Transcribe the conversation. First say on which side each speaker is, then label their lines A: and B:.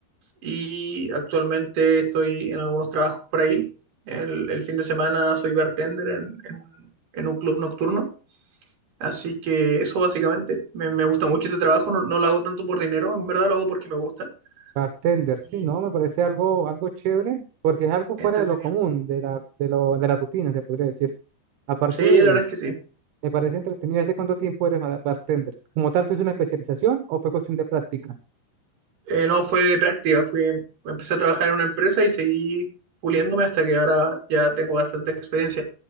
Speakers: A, on the right; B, on the right.
A: y actualmente estoy en algunos trabajos por ahí. El, el fin de semana soy bartender en, en un en un club nocturno. Así que eso básicamente, me, me gusta mucho ese trabajo, no, no lo hago tanto por dinero, en verdad lo hago porque me gusta.
B: Bartender, sí,
A: Y
B: no, me parece algo, algo chévere, porque es algo fuera
A: entretenido.
B: de lo común, de la, de lo, de la rutina, se podría decir. Aparte,
A: Sí, la verdad es que sí.
B: me parece entretenido. ¿Hace cuánto tiempo eres ba- bartender? ¿Como tal, tuviste una especialización o fue cuestión de práctica?
A: Eh, no fue de práctica, fui, empecé a trabajar en una empresa y seguí puliéndome hasta que ahora ya tengo bastante experiencia.